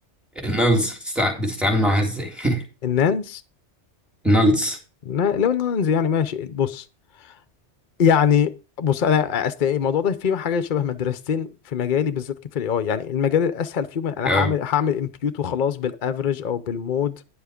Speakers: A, in the centre; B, on the left.
A: النلز بتتع... بتتعامل معاها ازاي <laughs>
B: النانز
A: النلز
B: نا- لو النانز يعني ماشي بص يعني بص انا أست... الموضوع ده فيه حاجه شبه مدرستين في مجالي بالذات في الاي اي يعني المجال الاسهل فيهم انا
A: اه
B: هعمل هعمل امبيوت وخلاص بالافرج او بالمود